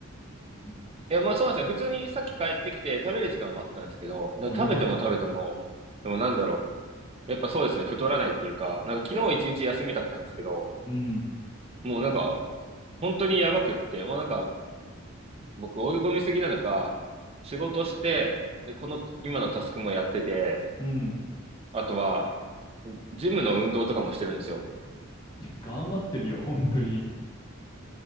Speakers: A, on the left; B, on the right.
A: うん
B: いや、まあそうなんですよ。普通にさっき帰ってきて食べる時間はあったんですけど、でも食べても食べても、
A: あ、よかった。
B: でもなんだろう。やっぱそうですね、太らないっていうか、なんか昨日一日休みだったんですけど、
A: うん。
B: もうなんか本当にやばくって、もうなんか僕追い込みすぎなのか、仕事して、で、この今のタスクもやってて、
A: うん。
B: あとは、ジムの運動とかもしてるんですよ。
A: いや、頑張ってるよ、本当に。